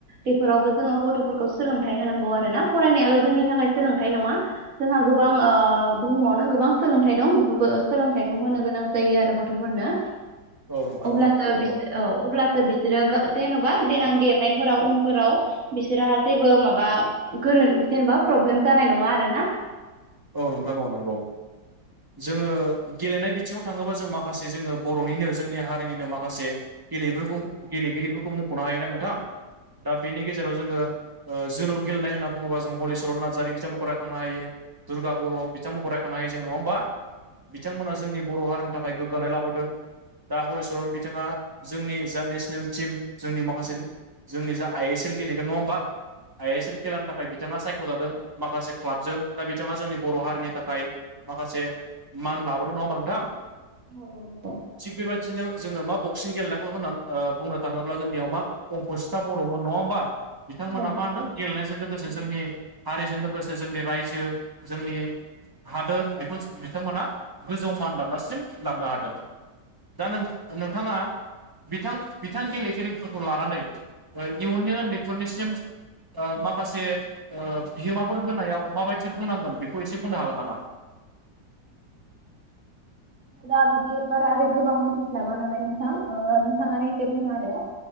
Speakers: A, on the right (about 50°); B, on the right (about 25°).
A: बेफोरावबो जोङो गथफोरखौ सोलोंथाइ होनांगौ आरो ना फरायनायाल जोंनि थाखाय सोलोंथाइ नङा जोंहा गोबां ओ बुहुमावनो गोबां सोलोंथाइ दं बेफोरखौ सोलोंथाइखौ होनो गोनां जायो आरो गथफोरनो
B: औ नोंथां
A: अब्लासो
B: औ नंगौ
A: बिसो औ अब्लासो बिसोरो गा जेनबा देनां देरनायफोराव उनफोराव बिसोरहा जेबो माबा गोरोन जेनेबा प्रब्लेम जानाय नङा आरो ना
B: औ नोंथां औ नंगौ जोङो गेलेनाय बिथिङाव थाङोबा जों माखासे जोङो बरनिनो जोंनि हारिनिनो माखासे गेलेफोरखौ गेलेगिरिफोरखौ मखनो हायोना नोंथां दा बेनि गेजेराव जोङो ओ जोलुर गेलेनाय होननानै बुङोबा जों हलिचरन नार्जारि बिथांमोनखौ रायखांनो हायो दुर्गा बर बिथांमोनखौ रायखांनो हायो जों नङा होमबा बिथांमोना जोंनि बर हारिनि थाखाय गोग्गानाय लाबोदों दा हलिचरन बिथाङा जोंनि जा नेसनेल टिम जोंनि माखासे जोंनि जा आइ एस एल गेलेगोन नङा होमबा आइ एस एल खेलानि थाखाय बिथाङा सायखजादों माखासे क्लाबजों दा बिथाङा जोंनि बर हारिनि थाखाय माखासे मान लाबोदों नङा होमबा नोंथां
A: औ औ‌ नंगौ
B: थिग बेबायदिनो जोङो मा बक्सिं गेलेनायखौ होननानै ओ बुंनो थाङोब्ला जोंनियाव मा अंकसिथा बरमोन नङा होमबा बिथांमोना
A: नंगौ
B: मा होनदों गेलेनायजों लोगोसे जोंनि हारिजों लोगोसे जोंनि रायजो जोंनि हादोर बेखौ बिथांमोना गोजौ मान दाबनासिम लांनो हादों। दा नों नोंथाङा। बिथां बिथां गेलेगिरिफोरखौ लानानै इयुननि उन्दैफोरनिसिम। माखासे बिहोमाफोर होनायाव माबायदि बुंनांगोन बेखौ एसे बुंो हागोन नामा।
A: उ <inaudible> दा बिदि बारा रै गोबां मिथिस्लाबा नालाय नोंथां नोंथाङानो एसे बुङो आरो। <inaudible>